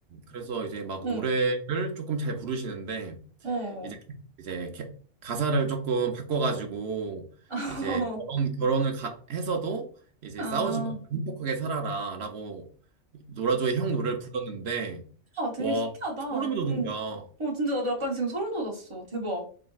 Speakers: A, on the right; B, on the right.
A: 그래서 이제 막
B: 응,
A: 노래를 조금 잘 부르시는데
B: 어.
A: 이제 이제 개- 가사를 조금 바꿔가지고
B: <laughs>
A: 이제 결혼 결혼을 가- 해서도 이제
B: 아.
A: 싸우지 말고 행복하게 살아라라고 노라조의 형 노래를 불렀는데
B: 아, 되게
A: 와
B: 신기하다.
A: 소름이
B: 어.
A: 돋은 거야. 어,
B: 어, 진짜 나도 약간 지금 소름 돋았어. 대박.